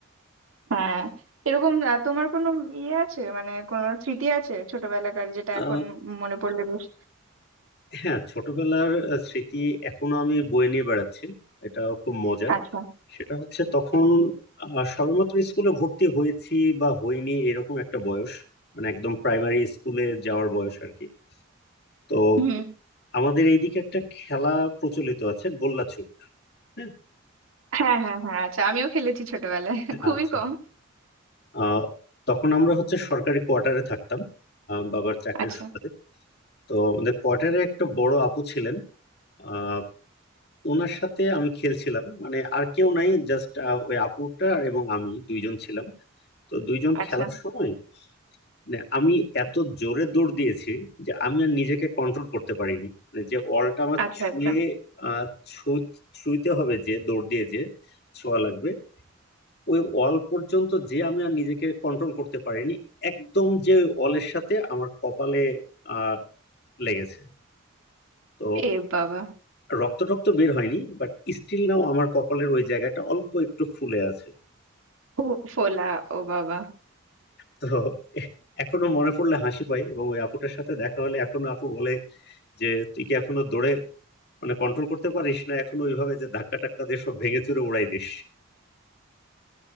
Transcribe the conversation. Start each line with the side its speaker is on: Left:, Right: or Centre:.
Right: হ্যাঁ এরকম আহ, তোমার কোনো ইয়ে আছে মানে কোনো স্মৃতি আছে ছোটবেলাকার যেটা
Left: আহ,
Right: এখন মনে পড়লে বেশ
Left: হ্যাঁ ছোটবেলার আহ, স্মৃতি এখনো আমি বয়ে নিয়ে বেড়াচ্ছি এটাও খুব মজার
Right: আচ্ছা
Left: সেটা হচ্ছে তখন আহ, সবেমাত্র স্কুলে ভর্তি হয়েছি বা হইনি এরকম একটা বয়স মানে একদম প্রাইমারি স্কুলে যাওয়ার বয়স আর কি তো
Right: হুম
Left: আমাদের এইদিকে একটা খেলা প্রচলিত আছে গোল্লা ছুট হ্যাঁ
Right: হ্যাঁ হ্যাঁ হ্যাঁ আচ্ছা আমিও খেলেছি ছোটবেলায় <laughs> খুবই
Left: আচ্ছা
Right: কম
Left: আহ, তখন আমরা হচ্ছে সরকারি কোয়ার্টারে থাকতাম আহ, বাবার চাকরির
Right: আচ্ছা
Left: সুবাদে তো আমাদের কোয়ার্টারে একটা বড় আপু ছিলেন আহ, ওনার সাথে আমি খেলছিলাম মানে আর কেউ নাই জাস্ট ওই আপুটা আর এবং আমি দুইজন ছিলাম তো দুইজন
Right: আচ্ছা
Left: খেলার সময় মানে আমি এত জোরে দৌড় দিয়েছি যে আমি আর নিজেকে কন্ট্রোল করতে পারিনি মানে যে অলটা আমার
Right: আচ্ছা
Left: ছুঁয়ে
Right: আচ্ছা
Left: আহ, ছুঁ- ছুঁইতে হবে যে দৌড় দিয়ে যে ছোঁয়া লাগবে ওই অল পর্যন্ত যে আমি আর নিজেকে কন্ট্রোল করতে পারিনি একদম যে অলের সাথে আমার কপালে আহ লেগেছে তো
Right: এ বাবা
Left: রক্ত টক্ত বের হয়নি বাট স্টিল নাও আমার কপালের ওই জায়গাটা অল্প একটু ফুলে আছে
Right: ও ফোলা ও বাবা
Left: তো এ- এখনো মনে পড়লে হাসি পাই এবং ওই আপুটার সাথে দেখা হলে এখনো আপু বলে যে তুই কি এখনো দৌড়ে মানে কন্ট্রোল করতে পারিস না এখনো ওইভাবে যে ধাক্কা টাক্কা দিয়ে সব ভেঙে চুরে উড়াই দিস